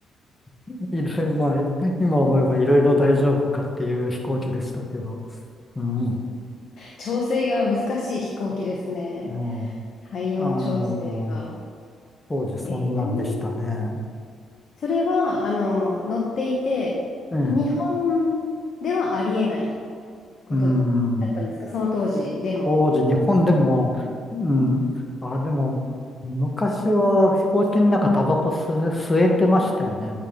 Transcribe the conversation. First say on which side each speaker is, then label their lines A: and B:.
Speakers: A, on the left (about 20°); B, on the left (about 60°).
A: <laughs> いろいろ、まあ、今思えばいろいろ大丈夫かっていう飛行機でしたけど、うん、
B: 調整が難しい飛行機ですね。
A: も
B: 体温調整が。
A: う、あの当時そんなんでしたね。
B: えーそれは、あの、載っていて、
A: ええ
B: 日本ではありえないことだ
A: うん。
B: ったんですか、その当時でも。
A: 当時、日本でも、うん、あ、でも、昔は飛行機の中タバコ吸、吸えてましたよね。